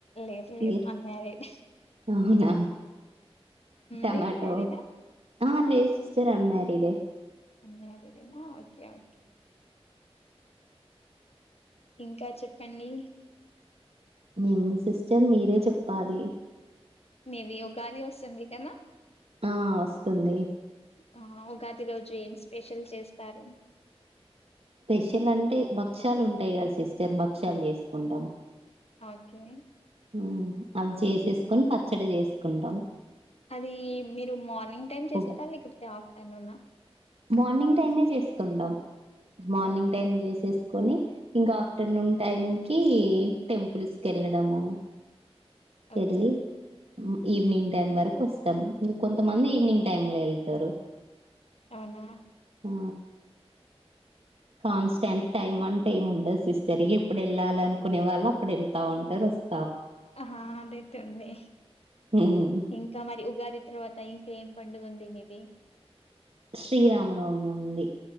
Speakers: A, on the left; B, on the right.
A: లేదు లేదు
B: ఇయర్
A: అన్ మ్యారీడ్
B: అవునా టమాటో
A: మీరు మ్యారీడా
B: ఆ లేస్ సిస్టర్ అన్ మ్యారీడే
A: అన్ మ్యారీడ్ ఏనా ఓకేఓకే ఇంకా చెప్పండి
B: ఏముంది సిస్టర్ మీరే చెప్పాలి
A: మీవి ఉగాది వస్తుంది గదా
B: ఆ వస్తుంది
A: ఆ ఉగాది రోజు ఏం స్పెషల్ చేస్తారు
B: స్పెషల్ అంటే భక్షాలు ఉంటాయి కదా సిస్టర్ భక్ష్యాలు చేసుకుంటాం
A: ఓకే
B: ఆ అవిచేసి తీసుకొని పచ్చడి చేసుకుంటాం
A: అది మీరు మా మార్నింగ్ టైమ్ చేస్తరా
B: ఉగ-
A: లేకపోతే ఆఫ్టర్నూన్ నా
B: మార్నింగ్ టైమే చేసుకుంటాం మార్నింగ్
A: ఓకే
B: టైమ్ జేసేసుకొని ఇంకా ఆఫ్టర్నూన్ టైం కి టెంపుల్స్ కి వెళ్ళ డము
A: ఓకే
B: ఎళ్ళి ఉమ్ ఈవినింగ్ టైం వరకు వస్తాం ఇంకొంతమంది ఈవినింగ్ టైమ్ లో వెళ్తారు
A: అవునా
B: ఆ కాన్స్టెంట్ టైమ్ అంటే ఏమి ఉండదు సిస్టర్ ఎప్పుడు వెళ్ళాలి అనుకునే వాళ్ళు అప్పుడు వెళ్తా ఉంటారు వస్తు
A: ఆ అదైతే ఉంది
B: హ్మ్
A: ఇంకా మరి ఉగాది తర్వాత ఇం ఏం పండుగ ఉంది మీది
B: శ్రీరామనవమి ఉంది